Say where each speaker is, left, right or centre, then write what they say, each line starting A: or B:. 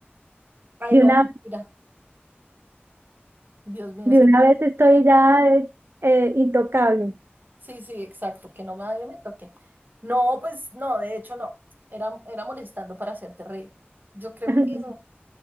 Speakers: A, on the right; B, on the right.
A: Ay,
B: De
A: no,
B: una,
A: mentira. Dios mío,
B: de
A: es que
B: una vez estoy ya eh, eh, intocable.
A: sí, sí, exacto, que no me nadie me toque. No, pues no, de hecho no. Era, era molestando para hacerte reír. Yo creo
B: <laughs>
A: que